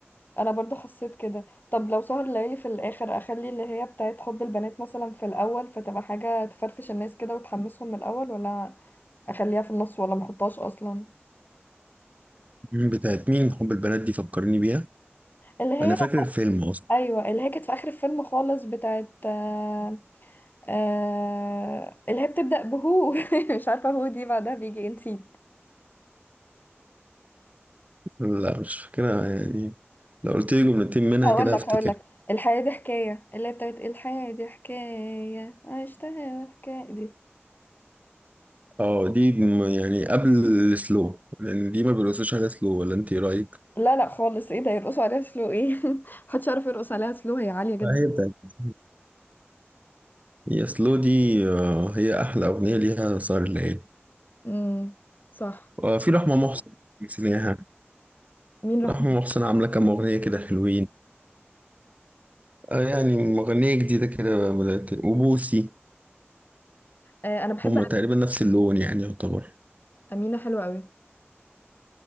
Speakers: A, on the left; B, on the right.
A: انا برضو حسيت كده طب لو سهر الليالي في الاخر اخلي اللي هي بتاعت حب البنات مثلا في الاول فتبقى حاجه تفرفش الناس كده وتحمسهم من الاول ولا اخليها في النص ولا محطهاش اصلا
B: مم، بتاعت مين حب البنات دي فكرني بيها
A: اللي هي
B: انا فاكر الفيلم اصلا
A: ايوه اللي هي كانت في اخر الفيلم خالص بتاعت آه... آه... اللي هي بتبدا بهو <laughs> مش عارفه هو دي بعدها بيجي إيه، نسيت
B: لا مش فاكرها يعني لو قلت لي جملتين منها
A: هقول
B: كده
A: لك
B: هفتكر
A: هقول لك الحياه دي حكايه اللي هي بتاعت الحياه دي حكايه عشتها حكايه دي
B: اه دي م- يعني قبل السلو لان دي ما بيرقصوش على سلو ولا انت إيه رايك
A: لا لا خالص ايه ده يرقصوا عليها سلو ايه <laughs> محدش يعرف يرقص عليها سلو هي عالية جدا
B: آه، هي بتاعت هي سلو دي آه، هي احلى اغنيه ليها سهر الليالي
A: امم صح
B: وفي رحمه محسن نسيناها
A: مين رحمة
B: رحمه محسن عامله كام اغنيه كده حلوين آه، يعني مغنيه جديده كده بدات وبوسي
A: آه انا بحب
B: هما تقريبا نفس اللون يعني يعتبر
A: أمينة حلوة قوي